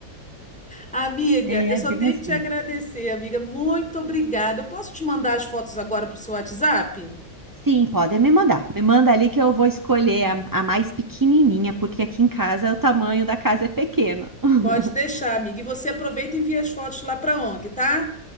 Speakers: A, in the centre; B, on the right (about 25°).
A: Amiga,
B: E
A: eu
B: é
A: só
B: bem
A: tenho
B: assim.
A: que te agradecer, amiga. Muito obrigada. Eu posso te mandar as fotos agora para o seu WhatsApp?
B: Sim, podem me mandar. Me manda ali que eu vou escolher a, a mais pequenininha, porque aqui em casa o tamanho da casa é pequeno. <laughs>
A: Pode deixar, amiga. E você aproveita e envia as fotos lá para ONG, tá?